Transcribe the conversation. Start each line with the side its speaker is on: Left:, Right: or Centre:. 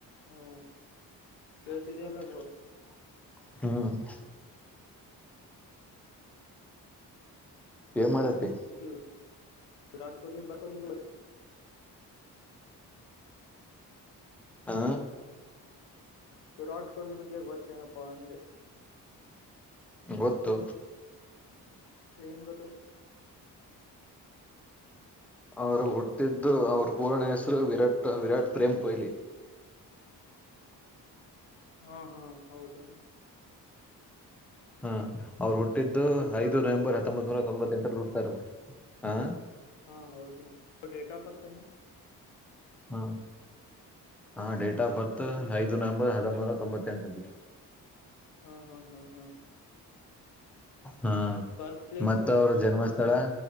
Left: ಹ
Centre: <inaudible>
Left: ಕೇಳ್ತಿದಲ್ಲ ಬ್ರೋ ಹ್ಮ
Centre: ಏನ್ ಮಾಡತಿ
Left: ವಿರಾಟ್ ಕೋಹ್ಲಿ
Centre: ಹಾ.
Left: ವಿರಾಟ್ ಕೊಹ್ಲಿ ಬಗ್ಗೆ ಗೊತ್ತೇನಪ್ಪಾ ಅಂದೆ.
Centre: ಗೊತ್ತು.
Left: ಏನ್ ಗೊತ್ತು.
Centre: ಅವರು ಹುಟ್ಟಿದ್ದು ಅವ್ರ ಪೂರ್ನ ಹೆಸರು ವಿರಾಟ್ ವಿರಾಟ್ ಪ್ರೇಮ್ ಕೊಹ್ಲಿ.
Left: ಹಾ ಹಾ ಹೌದೇನ.
Centre: ಹ್ಮ ಅವ್ರು ಹುಟ್ಟಿದ್ದು
Left: ಹ್ಮ್ ಅವ್ರ ಡೇಟ್
Centre: ಐದು
Left: ಆಫ್ ಬರ್ತ್
Centre: ನವೆಂಬರ್ ಹತ್ತೊಂಬತ್ ನೂರ ತೊಂಬತ್ತು. ತೆಂಟಾರಲ್ಲಿ ಹುಟ್ರಾರ ಹಾ.
Left: ಹಾ ಹೌದು ಅವರ ಡೇಟ್ ಆಫ್ ಬರ್ತ ಏನ್.
Centre: ಹ್ಮ ಹ ಡೇಟ್ ಆಫ್ ಬರ್ತ್
Left: ಹ
Centre: ಐದು ನವೆಂಬರ್ ಹ ಹತ್ತೊಂಬತ್ತನೂರ ತೊಂಬತ್ತ ಎಂಟರಲ್ಲಿ.
Left: ಹಾ ಹಾ ಹಾ ಹಾ
Centre: ಹಾ
Left: ಬರ್ತ್ ಪ್ಲೇಸ್
Centre: ಮತ್ತ ಅವ್ರ ಜನ್ಮಸ್ಥಳ